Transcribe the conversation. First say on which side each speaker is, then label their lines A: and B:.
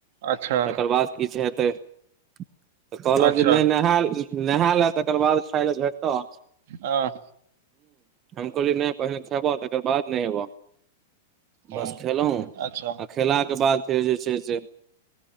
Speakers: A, on the right; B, on the right.
A: अच्छा
B: तकर बाद किछु हेतै त कहलब
A: अच्छा
B: जे नहि नहायल नहा ले तकर बाद खाय ल भेटत
A: हँ
B: हम कहलियै नहि पहिने खेबह तकर बाद नहि एबह
A: हँ
B: बस खयेलहुँ आ
A: अच्छा
B: खयलाके बाद फेर जे छै स